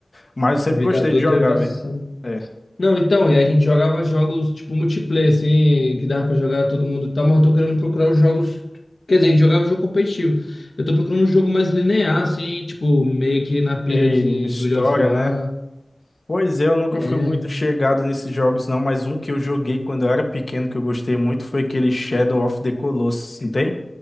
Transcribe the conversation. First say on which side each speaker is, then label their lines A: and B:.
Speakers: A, on the left; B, on the left.
A: Mas eu sempre
B: A vida
A: gostei
B: adulta
A: de jogar,
B: é embaçada.
A: velho. É.
B: Não, então, e a gente jogava jogos tipo multiplayer, assim, que dava pra jogar todo mundo e tal, mas eu tô querendo procurar os jogos. Quer dizer, a gente jogava jogo competitivo. Eu tô procurando um jogo mais linear, assim, tipo, meio que na pira
A: Tem
B: de
A: história,
B: God of War.
A: né? Pois é, eu nunca
B: É.
A: fui muito chegado nesses jogos, não, mas um que eu joguei quando eu era pequeno, que eu gostei muito, foi aquele Shadow of the Colossus, não tem?